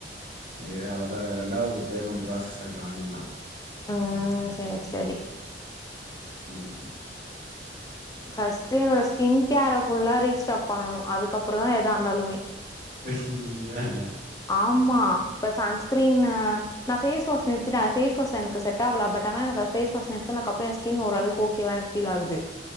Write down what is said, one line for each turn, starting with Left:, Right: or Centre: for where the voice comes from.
Right: ஏ அவ்ளதா எ ரெண்டாவது பேமெண்ட் ப்ராசஸ் ஆயிட்டு வாங்கிர்லா
Left: ம் சேர் சேரி
Right: ம்
Left: ஃபஸ்ட்டு என்னோட ஸ்கின் கேர ஃபுல்லா ரீஸ்டாக் பண்ணனு அதுக்கப்றோ தா எதா இந்தாலுமே
Right: அ
Left: ஆமா இப்ப சன்ஸ்க்ரீனு நா பேஸ் வாஷ் நிறுத்திட பேஸ் வாஷ் எனக்கு செட் ஆவல பட் ஆனா எனக்கு பேஸ் வாஷ் நிறுத்துனக்கப்றோ எ ஸ்கின் ஓர்ளவுக்கு ஓக் கேயா எனக்கு பீல் ஆகுது